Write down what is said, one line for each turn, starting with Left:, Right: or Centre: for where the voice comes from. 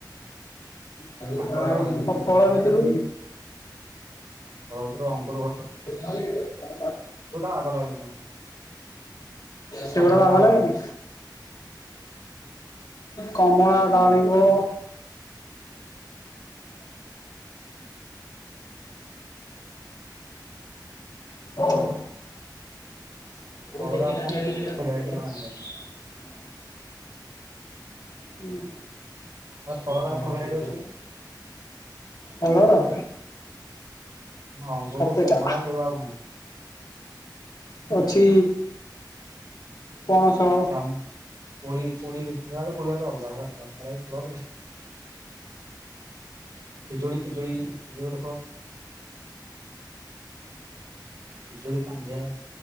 Left: ଆଉ
Right: କାଙ୍କଡ ଟା ବଢିଆ ଲାଗେ
Left: ଫଳ ଭିତରୁ?
Right: ଫଳ ଭିତୁରୁ ଅଙ୍ଗୁରୁ
Left: <unintelligible> <inaudible>
Right: ବାଗ ଲାଗେନି ମତେ
Left: ସେଗୁଡ଼ା
Right: କମଳା
Left: ବାଗ
Right: ଟା ଭଲ
Left: ଲାଗେନି?
Right: ଲାଗେ।
Left: କମଳା ଡାଳିମ୍ବ <inaudible> <unintelligible> <inaudible>
Right: ଫଳରେ ଆଉ କଣ ଭେରାଇଟି କଣ ଆଣିବ
Left: ହୁଁ।
Right: ଆଉ ଫଳରେ
Left: <inaudible>
Right: ଆଉ କଣ ଭେରାଇଟି ଅଛି କି?
Left: ଫଳର।
Right: ଅଙ୍ଗୁରୁ
Left: ସଫେଟା
Right: କମଳା ସେଉ ଆଉ କଣ?
Left: ଅଛି। ପଣସ।
Right: ଜାମ୍ କୋଳି କୋଳି ବେଶୀ ସେରା କୋଳି ଅଲଗା ଇ ପିଜୁଳି ପିଜୁଳି। ପିଜୁଳି ଗୋଟେ ଫଳ ପିଜୁଳି କାନ୍ଧିଆ।